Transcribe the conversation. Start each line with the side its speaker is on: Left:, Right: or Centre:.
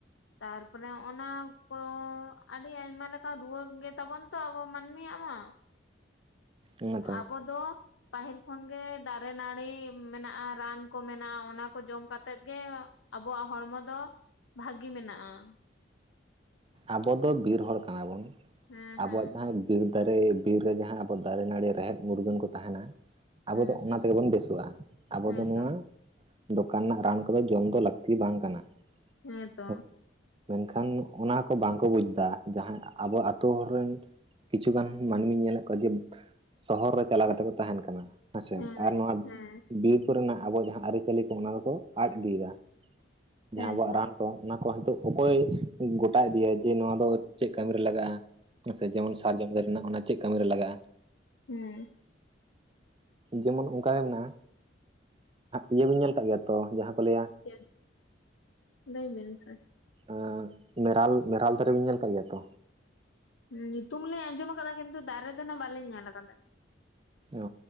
Left: ᱛᱟᱨᱯᱚᱨᱮ ᱚᱱᱟ ᱠᱚ ᱟᱹᱰᱤ ᱟᱭᱢᱟ ᱞᱮᱠᱟ ᱨᱩᱣᱟᱹ ᱜᱮᱛᱟᱵᱚᱱ ᱛᱚ ᱟᱵᱚ ᱢᱟᱹᱱᱢᱤᱭᱟᱜ ᱢᱟ ᱾
Right: ᱚᱱᱟᱛᱚ
Left: ᱟᱵᱚ ᱫᱚ ᱯᱟᱹᱦᱤᱞ ᱠᱷᱚᱱᱜᱮ ᱫᱟᱨᱮ ᱱᱟᱹᱲᱤ ᱢᱮᱱᱟᱜᱼᱟ, ᱨᱟᱱ ᱠᱚ ᱢᱮᱱᱟᱜᱼᱟ, ᱚᱱᱟᱠᱚ ᱡᱚᱢ ᱠᱟᱛᱮᱜ ᱜᱮ ᱟᱵᱚᱣᱟᱜ ᱦᱚᱲᱢᱚ ᱫᱚ ᱵᱷᱟᱹᱜᱤ ᱢᱮᱱᱟᱜᱼᱟ ᱾
Right: ᱟᱵᱚ ᱫᱚ ᱵᱤᱨ ᱦᱚᱲ ᱠᱟᱱᱟᱵᱚᱱ
Left: ᱦᱮᱸ
Right: ᱟᱵᱚᱣᱟᱜ
Left: ᱦᱮᱸ
Right: ᱡᱟᱦᱟᱸ ᱵᱤᱨ ᱫᱟᱨᱮ ᱵᱤᱨ ᱨᱮ ᱡᱟᱦᱟᱸ ᱟᱵᱚ ᱫᱟᱨᱮ ᱱᱟᱹᱲᱤ ᱨᱮᱦᱮᱫ ᱢᱩᱨᱜᱟᱹᱱ ᱠᱚ ᱛᱟᱦᱮᱱᱟ, ᱟᱵᱚ
Left: ᱦᱮᱸ
Right: ᱫᱚ ᱚᱱᱟ
Left: ᱦᱮᱸ
Right: ᱛᱮᱜᱮ ᱵᱚᱱ ᱵᱮᱥᱚᱜᱼᱟ ᱾ ᱟᱵᱚ
Left: ᱦᱮᱸᱛᱚ
Right: ᱫᱚ ᱱᱚᱣᱟ ᱫᱚᱠᱟᱱ ᱨᱮᱱᱟᱜ ᱨᱟᱱ ᱠᱚᱫᱚ ᱡᱚᱢ ᱫᱚ ᱞᱟᱹᱠᱛᱤ ᱵᱟᱝ ᱠᱟᱱᱟ
Left: ᱦᱮᱸᱛᱚ
Right: ᱦᱮᱸᱥᱮ᱾ ᱢᱮᱱᱠᱷᱟᱱ ᱚᱱᱟ ᱠᱚ ᱵᱟᱝᱠᱚ ᱵᱩᱡᱽ ᱫᱟ, ᱡᱟᱦᱟᱸᱭ ᱟᱵᱚ ᱟ ᱟᱹᱛᱩᱳ ᱨᱮᱱ ᱠᱤᱪᱷᱩᱜᱟᱱ ᱢᱟᱹᱱᱢᱤᱧ ᱧᱮᱞᱮᱫ ᱠᱚᱣᱟ ᱡᱮ, ᱥᱚᱦᱚᱨ ᱨᱮ ᱪᱟᱞᱟᱣ ᱠᱟᱛᱮ ᱠᱚ ᱛᱟᱦᱮᱸᱱ ᱠᱟᱱᱟ ᱦᱮᱸᱪᱮ,
Left: ᱦᱮᱸ ᱦᱮᱸ
Right: ᱟᱨ ᱱᱚᱣᱟ
Left: ᱦᱮᱸ
Right: ᱵᱤᱨ ᱠᱚ ᱨᱮᱱᱟᱜ ᱟᱵᱚᱣᱟᱜ ᱡᱟᱦᱟᱸ ᱟᱹᱨᱤᱪᱟᱹᱞᱤ ᱠᱚ ᱚᱱᱟ ᱫᱚᱠᱚ ᱟᱫ ᱤᱫᱤᱭᱮᱫᱟ, ᱡᱟᱦᱟᱸ
Left: ᱦᱮᱸᱛᱚ
Right: ᱟᱵᱚᱣᱟᱜ ᱨᱟᱱ ᱛᱚ ᱚᱱᱟ ᱠᱚ ᱦᱤᱛᱚᱜ ᱚᱠᱚᱭ ᱜᱚᱴᱟ ᱤᱫᱤᱭᱤᱭᱟ ᱡᱮ ᱱᱚᱣᱟ ᱫᱚ ᱪᱮᱫ ᱠᱟᱹᱢᱤᱨ ᱨᱮ ᱞᱟᱜᱟᱜᱼᱟ ᱾ ᱦᱮᱸ ᱥᱮ ᱡᱮᱢᱚᱱ ᱥᱟᱨᱡᱚᱢ ᱫᱟᱨᱮ ᱨᱮᱱᱟᱜ ᱚᱱᱟ ᱪᱮᱫ ᱠᱟᱹᱢᱤ ᱨᱮ ᱞᱟᱜᱟᱜᱼᱟ᱾
Left: ᱦᱮᱸ
Right: ᱡᱮᱢᱚᱱ ᱚᱱᱠᱟᱜᱮ ᱢᱮᱱᱟᱜᱼᱟ, ᱤᱭᱟᱹ ᱵᱤᱱ ᱧᱮᱞ ᱠᱟᱜ ᱜᱮᱭᱟ ᱛᱚ ᱡᱟᱦᱟᱸ ᱠᱚ ᱞᱟᱹᱭᱟ,
Left: ᱪᱮᱫ ᱞᱟᱹᱭ ᱵᱤᱱ ᱥᱮ,
Right: <unintelligible> ᱢᱮᱨᱟᱞ ᱢᱮᱨᱟᱞ ᱫᱟᱨᱮᱵᱤᱱ ᱧᱮᱞ ᱟᱠᱟᱫ ᱜᱮᱭᱟ ᱛᱚ?
Left: ᱧᱩᱛᱩᱢ ᱞᱤᱧ ᱟᱸᱡᱚᱢ ᱟᱠᱟᱫᱟ ᱠᱤᱱᱛᱩ ᱫᱟᱨᱮ ᱫᱚᱱᱟᱜ ᱵᱟᱞᱤᱧ ᱧᱮᱞ ᱟᱠᱟᱫᱟ᱾
Right: ᱚ